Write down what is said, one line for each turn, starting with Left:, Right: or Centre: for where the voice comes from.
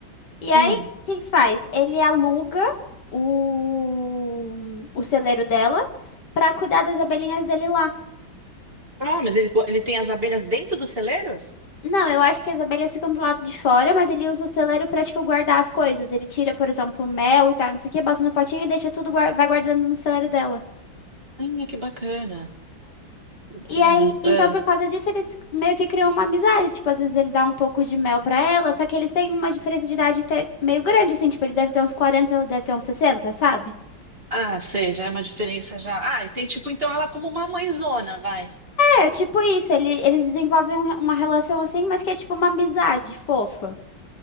Left: E aí,
Right: Hum.
Left: o que que faz? Ele aluga o, o celeiro dela pra cuidar das abelhinhas dele lá.
Right: Ah, mas ele, ele tem as abelhas dentro do celeiro?
Left: Não, eu acho que as abelhas ficam do lado de fora, mas ele usa o celeiro pra, tipo, guardar as coisas. Ele tira, por exemplo, mel e tal, não sei o que, bota no potinho e deixa tudo, guar- vai guardando no celeiro dela.
Right: Ah, que bacana. Bacana.
Left: E aí,
Right: Ah,
Left: então, por causa disso, eles meio que criam uma amizade. Tipo, às vezes ele dá um pouco de mel pra ela, só que eles têm uma diferença de idade até meio grande, assim. Tipo, ele deve ter uns quarenta ela deve ter uns sessenta sabe?
Right: Ah, sei, já é uma diferença já. Ah, e tem tipo, então ela é como uma mãezona, vai.
Left: É, tipo isso. Ele, eles desenvolvem um- uma relação assim, mas que é tipo uma amizade fofa,